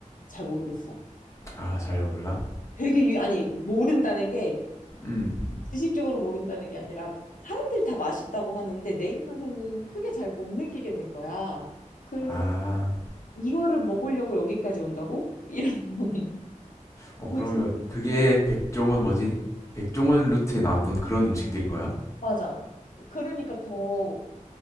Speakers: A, on the left; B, on the left.
A: 잘 모르겠어.
B: 아, 잘 몰라?
A: 되게, 유, 아니, 모른다는 게,
B: 음.
A: 지식적으로 모른다는 게 아니라, 사람들이 다 맛있다고 하는데, 내 입맛에는 크게 잘 못 느끼겠는 거야. 그래서
B: 아,
A: 이거를 먹으려고 여기까지 온다고? 이런 <laughs>
B: 어,
A: 의식.
B: 그러면 그게 백종원 뭐지? 백종원 루트에 나왔던 그런 음식들인 거야?
A: 맞아. 그러니까 더